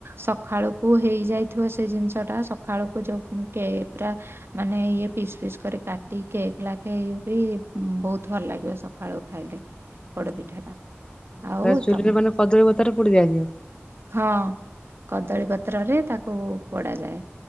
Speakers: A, on the right; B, on the left.
A: ସଖାଳୁକୁ ହେଇଯାଇଥିବ ସେ ଜିନିଷ ଟା ସକାଳୁକୁ ଯୋଉ କେ ପୁରା ମାନେ ଇଏ ପିସ୍ ପିସ୍ କରି କାଟି କେକ୍ ଲାଖେ ୟୁବି ବହୁତ ଭଲ ଲାଗିବ ସକାଳୁ ଖାଇଲେ। ପୋଡ
B: ହୁଁ ହୁଁ।
A: ପିଠା ଟା ଆଉ
B: ତା ଚୁଲିରେ
A: ତମ
B: ମାନେ କଦଳୀ ପତାରେ ପୋଡି ଦିଆଯିବ।
A: ହଁ କଦଳୀ ପତ୍ରରେ ତାକୁ ପୋଡା ଯାଏ।